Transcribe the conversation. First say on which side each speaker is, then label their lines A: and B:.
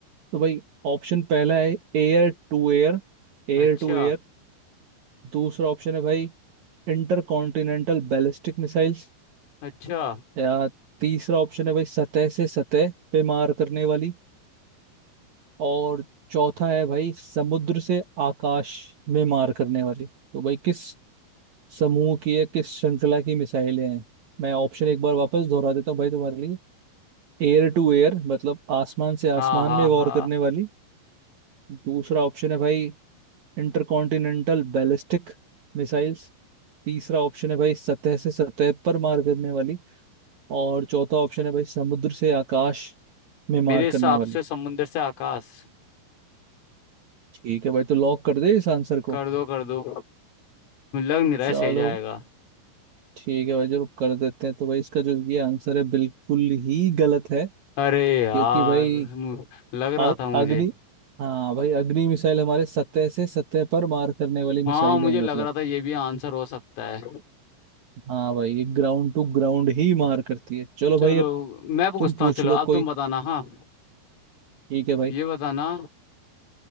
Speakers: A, on the right (about 65°); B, on the left (about 80°).
A: भाई ऑप्शन पहला है एयर टू एयर एयर
B: अच्छा
A: टू एयर दूसरा ऑप्शन है भाई इंटर कॉन्टिनेंटल बैलिस्टिक मिसाइल्स
B: अच्छा
A: या तीसरा ऑप्शन है भाई सतह से सतह पे मार करने वाली और चौथा है भाई समुद्र से आकाश में मार करने वाली तो भाई किस समूह की है किस श्रृंखला की मिसाइलें हैं मैं ऑप्शन एक बार वापस दोहरा देता हूँ भाई तुम्हारे लिए एयर टू एयर मतलब आसमान से आसमान
B: हाँ हाँ
A: में वॉर
B: हाँ
A: करने वाली दूसरा ऑप्शन है भाई इंटरकॉन्टिनेंटल बैलिस्टिक मिसाइल्स तीसरा ऑप्शन है भाई सतह से सतह पर मार करने वाली और चौथा ऑप्शन है भाई समुद्र से आकाश में मार
B: मेरे हिसाब
A: करने वाली
B: से समुंदर से आकाश
A: ठीक है भाई तो लॉक कर दे इस आंसर
B: कर
A: को
B: दो कर दो लग नहीं रहा है
A: चलो
B: सही जाएगा
A: ठीक है भाई जरूर कर देते हैं तो भाई इसका जो ये आंसर है बिल्कुल ही गलत है
B: अरे यार
A: क्योंकि भाई
B: मु- लग रहा
A: आ-
B: था मुझे
A: अग्नि हाँ भाई अग्नि मिसाइल हमारे सतह से सतह पर मार करने वाली मिसाइलें
B: हाँ मुझे
A: हैं
B: लग
A: मतलब
B: रहा था ये भी आंसर हो सकता है
A: हाँ भाई ये ग्राउंड टू ग्राउंड ही मार करती है चलो
B: चलो
A: भाई अब
B: मैं पूछता
A: तुम पूछ
B: हूँ चलो
A: लो
B: अब
A: कोई
B: तुम बताना हाँ
A: ठीक है भाई
B: ये बताना